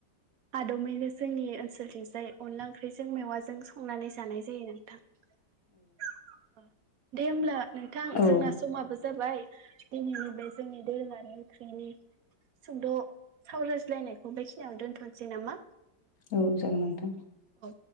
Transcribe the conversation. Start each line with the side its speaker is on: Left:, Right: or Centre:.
Right: आदबैनो जोंनि ओ सोलथिंजाय अनला ओंख्रिजों मेवाय जों संनानै जानाय जायो नोंथां। दे हब्ला नोंथां जोंना
Left: औ
Right: समाबो जाबाय दिनैनि बे जोंनि दोरोङारि ओंख्रिनि सुंद' सावराय थिलायनायखौ बेखिनियाव दोनथ'नोसै नामा?
Left: औ जागोन नोंथां।
Right: औ